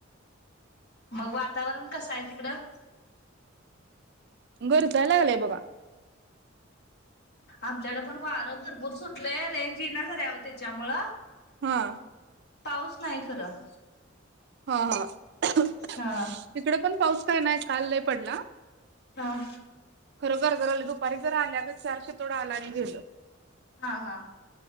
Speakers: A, on the left; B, on the right.
A: मग वातावरण कसं आहे तिकडं?
B: घर चालायेला बघा.
A: आमच्याकडे पण वारं भरपूर सुटलंय रेंज येना झालिया त्याच्यामुळ
B: हाआ
A: पाऊस नाही खरं
B: हा हा तिकडे
A: हा
B: पण पाऊस काय नाय काल लय पडला.
A: हाआआ
B: घरघर दुपारी जर आल्यागत थोडं आला आणि गेलं.
A: हा हा